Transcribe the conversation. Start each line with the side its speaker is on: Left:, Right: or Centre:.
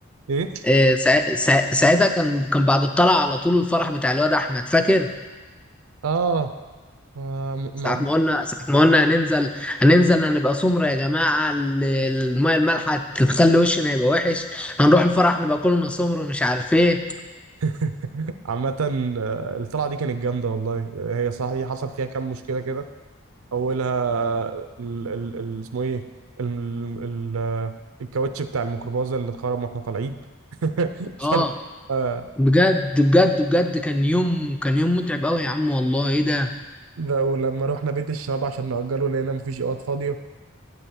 Right: ايه
Centre: آه، سا- سا- ساعتها كان كان بعد الطلعة على طول الفرح بتاع الواد أحمد فاكر؟
Right: اه ما- ما-
Centre: ساعة ما قلنا ساعة ما قلنا هننزل هننزل هنبقى سمرة يا جماعة ال- المية المالحة تخلي وشنا يبقى وحش هنروح الفرح نبقى كلنا سمر ومش عارف ايه
Right: <laughs> عامة آه، الطلعة دي كانت جامدة والله آه، هي صحيح حصل فيها كام مشكلة كده أولها ال ال ال اسمه إيه ال ال ال- آه، الكاوتش بتاع الميكروباص اللي اتخرم واحنا طالعين <laughs> فال-
Centre: اه
Right: آه،
Centre: بجد بجد بجد كان يوم كان يوم متعب قوي يا عم والله ايه ده
Right: ده ولما رحنا بيت الشباب عشان نأجره لقينا مفيش اوض فاضية